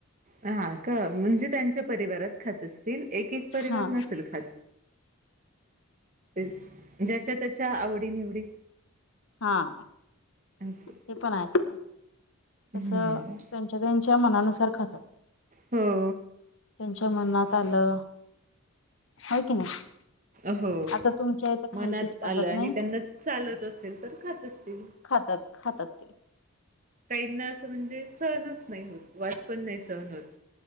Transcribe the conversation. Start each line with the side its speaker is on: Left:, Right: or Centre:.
Right: हा का, म्हणजे त्यांच्या परिवारात खात असतील एक एक परिवार
Left: हा
Right: नसेल खात. तेच ज्याच्या त्याच्या आवडी निवडी
Left: हा,
Right: असं
Left: ते पण आहेच
Right: हम्म
Left: कस त्यांच्या त्यांच्या मनान सारखाच
Right: हो
Left: त्यांच्या मनात आलं, आहे की नाही
Right: अ हो
Left: आता तुमच्या इथं खायचीच
Right: मनात
Left: पद्धत
Right: आलं आणि
Left: नाही
Right: त्यांना चालत असेल तर खात असतील
Left: खातात खातात ते
Right: काहींना असं म्हणजे सहनच नाही होत वास पण नाही सहन होत